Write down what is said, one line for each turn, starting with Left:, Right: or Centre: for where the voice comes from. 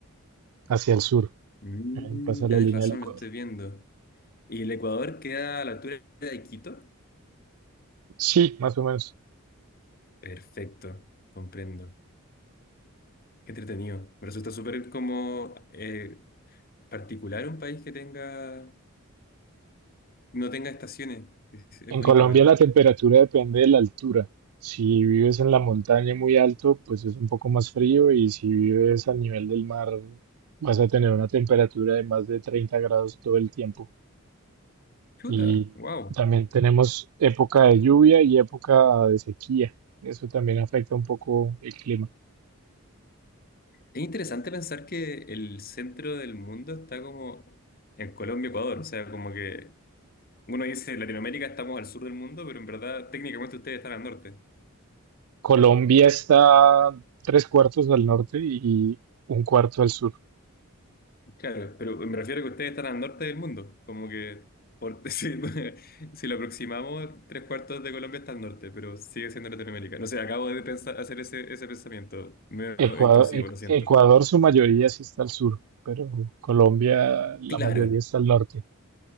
Right: hacia el sur,
Left: Mm,
Right: eh, pasa
Left: tenés
Right: la línea
Left: razón,
Right: del Ecuador.
Left: lo estoy viendo. ¿Y el Ecuador queda a la altura de Quito?
Right: Sí, más o menos.
Left: Perfecto, comprendo. Qué entretenido. Me resulta súper como eh, particular un país que tenga, no tenga estaciones. Es, es
Right: En
Left: bonito
Right: Colombia
Left: igual.
Right: la temperatura depende de la altura. Si vives en la montaña muy alto, pues es un poco más frío y si vives al nivel del mar, vas a tener una temperatura de más de 30 grados todo el tiempo.
Left: Chuta,
Right: Y
Left: wow.
Right: también tenemos época de lluvia y época de sequía. Eso también afecta un poco el clima.
Left: Es interesante pensar que el centro del mundo está como en Colombia, Ecuador. O sea, como que uno dice Latinoamérica estamos al sur del mundo, pero en verdad técnicamente ustedes están al norte.
Right: Colombia está tres cuartos al norte y un cuarto al sur.
Left: Claro, pero me refiero a que ustedes están al norte del mundo. Como que por, <laughs> si, si lo aproximamos, tres cuartos de Colombia está al norte, pero sigue siendo Latinoamérica. No sé, acabo de pensar, hacer ese, ese pensamiento medio
Right: Ecuador,
Left: intrusivo,
Right: E-
Left: lo siento.
Right: Ecuador, su mayoría sí está al sur, pero Colombia la
Left: Claro,
Right: mayoría está al norte.